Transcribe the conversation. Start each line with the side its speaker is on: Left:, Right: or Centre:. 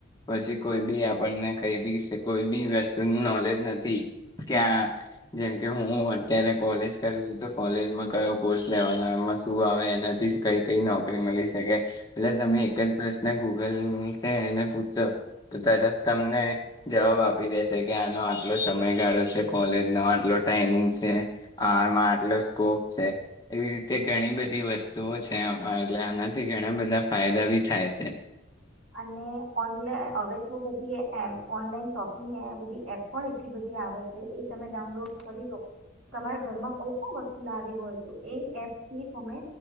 Left: પછી કોઈ બી આપણને કઈ બી કોઈ બી વસ્તુનું નોલેજ નથી ક્યાં જેમકે હું અત્યારે કોલેજ કરું છું તો કોલેજમાં કયો કોર્સ લેવાનો એમાં શું આવે એનાથી કઈ કઈ નોકરી મળી શકે એટલે તમે એક જ પ્રશ્ન ગૂગલ છે એને પૂછો તો તરત તમને જવાબ આપી દેશે કે આનો આટલો સમયગાળો છે કોલેજનો આટલો ટાઈમિંગ છે આમાં આટલો સ્કોપ છે એવી રીતે ઘણી બધી વસ્તુઓ છે એટલે આનાથી ઘણા બધા ફાયદા બી થાય છે
Right: અને ઓનલાઈન હવે તો બધી <unintelligible> ઓનલાઈન શોપિંગની આ બધી એપ પણ એટલી બધી આવે છે એ તમે ડાઉનલોડ કરી ડો તમારે ઘરમાં કઈ ક વસ્તુ લા હોય તો એ એપ થી તમે